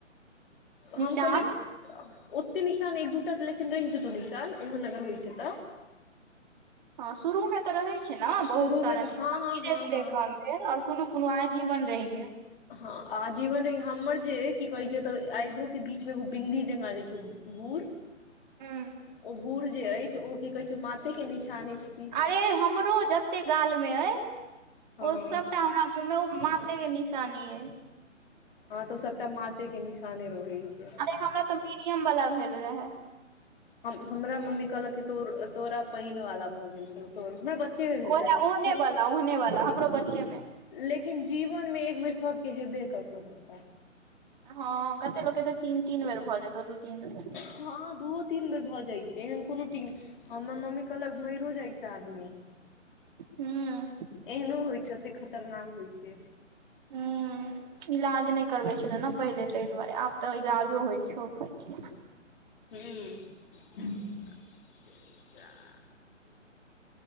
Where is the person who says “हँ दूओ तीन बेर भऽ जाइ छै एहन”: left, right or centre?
Left